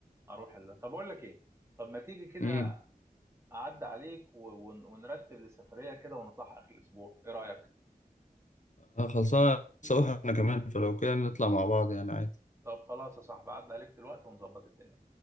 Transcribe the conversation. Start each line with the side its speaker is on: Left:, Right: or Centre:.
Right: اروح ال... طب اقول لك ايه طب ما تيجي كده
Left: مم.
Right: اعدي عليك و... ون... ونرتب لسفريه كده ونطلع اخر الاسبوع ايه رايك
Left: آه، خلصانة لسه أروح أنا كمان فلو كده نطلع مع بعض يعني عادي.
Right: طب خلاص يا صاحبي اعدي عليك دلوقتي ونظبط الدنيا